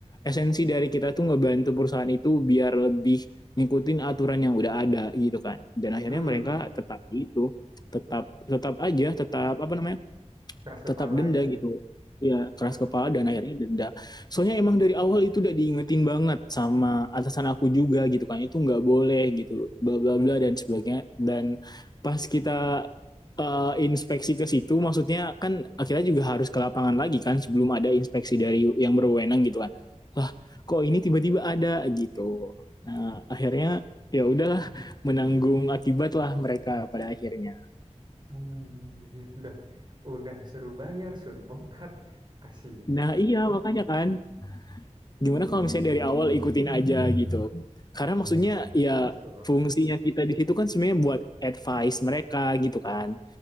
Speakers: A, on the left (about 35°); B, on the right (about 40°).
A: esensi dari kita tuh ngebantu perusahaan itu biar lebih ngikutin aturan yang udah ada gitu kan. Dan akhirnya
B: Hmm,
A: mereka tetap itu tetap tetap aja tetap apa namanya
B: keras kepala
A: tetap denda
B: gitu
A: gitu.
B: ya.
A: Ya, keras
B: Oh tapi
A: kepala dan akhirnya denda. Soalnya emang dari awal itu udah diingetin banget sama atasan aku juga gitu kan. Itu nggak boleh gitu, bla bla bla dan sebagainya. Dan pas kita eh, inspeksi ke situ, maksudnya kan akhirnya juga harus ke lapangan lagi kan sebelum ada inspeksi dari yang berwenang gitu kan. Lah, kok ini tiba-tiba ada gitu. Nah, akhirnya ya udahlah menanggung akibat lah mereka pada akhirnya.
B: hmm, anjir. udah udah suruh bayar suruh bongkar kasih.
A: Nah, iya makanya kan gimana kalau misalnya dari awal ikutin aja gitu karena maksudnya
B: Ya mas,
A: ya
B: pasti nyesel.
A: fungsinya kita di situ kan sebenarnya buat advice mereka gitu kan